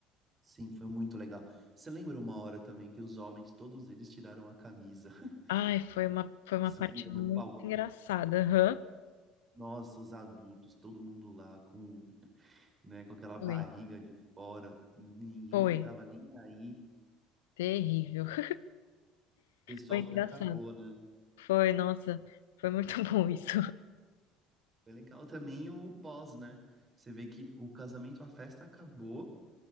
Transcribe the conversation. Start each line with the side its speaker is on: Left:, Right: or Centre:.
Right: Sim, foi muito legal. Você lembra uma hora também que os homens, todos eles tiraram a camisa <laughs>
Left: Ai, foi uma, foi uma
Right: e subiram
Left: parte
Right: no
Left: muito
Right: palco?
Left: engraçada, aham,
Right: Nossa, os adultos, todo mundo lá com, né, com aquela barriga
Left: Foi,
Right: de fora, ninguém
Left: foi,
Right: tava nem aí. O
Left: terrível, <laughs>
Right: pessoal
Left: foi engraçado,
Right: se acabou, né?
Left: foi, nossa, foi muito <laughs> bom isso,
Right: Foi legal também o pós, né? Você vê que o casamento, a festa acabou